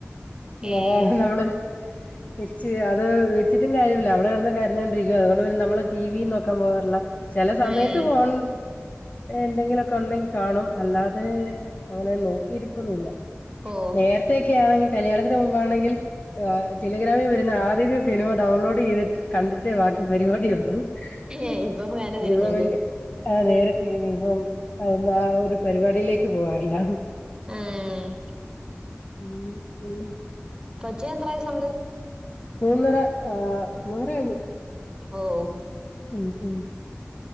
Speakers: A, on the left; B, on the right.
A: <unintelligible>
B: ഏഹ്
A: വെച്ച് അത് വെച്ചിട്ടും കാര്യല്ല അവള് കിടന്ന് കരഞ്ഞൊണ്ടിരിക്കുവ അതുകൊണ്ട്പിന്ന നമ്മള് ടി വി നോക്കാൻ പോകാറില്ല ചില സമയത്ത്
B: ഏഹ്
A: ഫോൺ എന്തെങ്കിലുക്കെ ഉണ്ടെങ്കി കാണും അല്ലാതെ അങ്ങനെ നോക്കിയിരിപ്പൊന്നുല്ല
B: ഓഹ്
A: നേര തെക്കെആണെങ്കിൽ കല്യാണത്തിന് മുമ്പാണെങ്കിൽ ആഹ് ടെലിഗ്രാമിൽ വരുന്ന ആദ്യത്തെ സിനിമ ഡൗൺലോഡ് ചെയ്തിട്ട് കണ്ടിട്ടേ ബാക്കി പരിപാടിയുള്ളൂ <unintelligible>
B: ഏഹ് ഇപ്പം കാര്യം തിരിഞ്ഞല്ലേ
A: ആഹ് നേരെത്തെ ഇനി ഇപ്പം അഒന്ന് ആ ഒരു പരിപാടിയിലേക്ക് പോവാറില്ല
B: ആഹ്
A: ഉം പിന്നെ
B: കൊച്ചിന് എത്ര വയസ്സുണ്ട്
A: മൂന്നര ആഹ് മൂന്നര കഴിഞ്ഞ്
B: ഓഹ്
A: ഉം ഉം